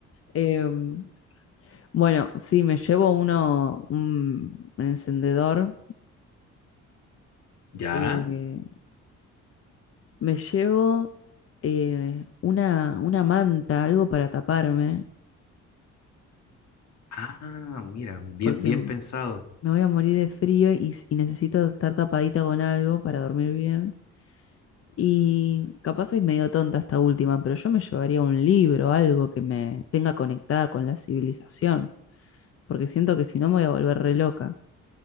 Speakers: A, on the left; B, on the left.
A: Em, bueno, sí, me llevo uno, un encendedor.
B: ¿Ya?
A: eh, Me llevo eh, una, una manta, algo para taparme,
B: Ah, mira, bien,
A: porque
B: bien
A: m-
B: pensado.
A: me voy a morir de frío y, s- y necesito estar tapadita con algo para dormir bien. Y capaz es medio tonta esta última, pero yo me llevaría un libro, algo que me tenga conectada con la civilización, porque siento que si no me voy a volver re loca.